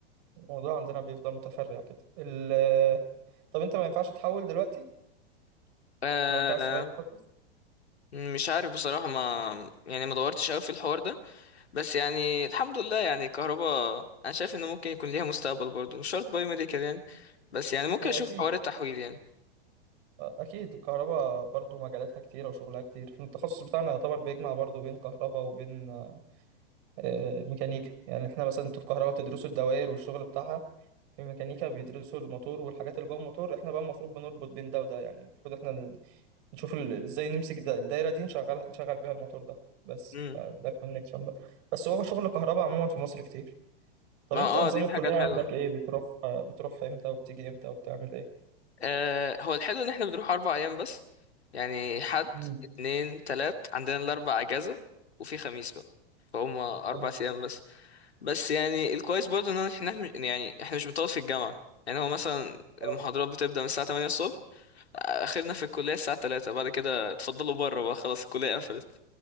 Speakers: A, on the right (about 50°); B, on the left (about 85°).
A: الموضوع عندنا بيفضل متفرع كده ال طب انت ما ينفعش تحول دلوقتي
B: آه،
A: لو انت عايز تغير التخصص
B: مش عارف بصراحة ما يعني ما دورتش قوي في الحوار ده بس يعني الحمد لله يعني كهرباء انا شايف انه ممكن يكون ليها مستقبل برضه مش شرط باي ميديكال يعني بس يعني ممكن
A: هي
B: اشوف
A: اكيد
B: حوار التحويل يعني
A: اكيد الكهرباء برضو مجالاتها كتيره وشغلها كتير احنا التخصص بتاعنا يعتبر بيجمع برضو بين كهرباء وبين آه، ميكانيكا يعني احنا مثلا انتوا في كهرباء بتدرسوا الدوائر والشغل بتاعها في ميكانيكا بيدرسوا الموتور والحاجات اللي جوه الموتور احنا بقى المفروض بنربط بين ده وده يعني المفروض احنا نشوف ال- ازاي نمسك ده الدايره دي نشغل نشغل بيها الموتور ده بس
B: امم
A: فده الكونكشن بقى بس هو شغل كهرباء عموما في مصر كتير طب
B: ما
A: انت
B: اه
A: نظام
B: دي الحاجة
A: الكليه
B: الحلوة
A: عندك ايه بتروح بتروح امتى وبتيجي امتى وبتعمل ايه
B: آه هو الحلو ان احنا بنروح اربع ايام بس يعني حد
A: مم.
B: اتنين تلات عندنا الاربع اجازة وفي خميس بقى فهم اربع
A: اه
B: ايام بس بس يعني الكويس برضه ان احنا إحنا مش- يعني احنا مش بنطول في الجامعه يعني هو مثلا
A: اه.
B: المحاضرات بتبدا من الساعه 8 الصبح اخرنا في الكليه الساعه 3 بعد كده اتفضلوا بره بقى خلاص الكليه قفلت